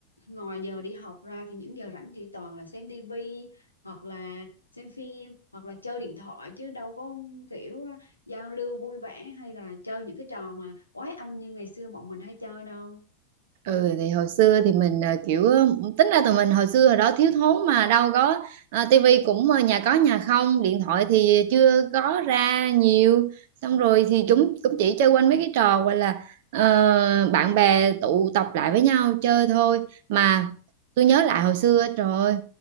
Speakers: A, on the left; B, on the right.
A: ngoài giờ đi học ra thì những giờ rảnh chỉ toàn là xem tivi hoặc là xem phim hoặc là chơi điện thoại chứ đâu có kiểu giao lưu vui vẻ hay là chơi những cái trò mà quái anh như ngày xưa bọn mình hay chơi đâu
B: Ừ thì hồi xưa thì mình ờ, kiểu ờ, tính ra tụi mình hồi xưa hồi đó thiếu thốn mà đâu có ờ, tivi cũng ờ, nhà có nhà không điện thoại thì chưa có ra nhiều xong rồi thì
A: ừ.
B: chúng cũng chỉ chơi quanh mấy cái trò gọi là ờ, bạn bè tụ tập lại với nhau chơi thôi mà tôi nhớ lại hồi xưa trời ơi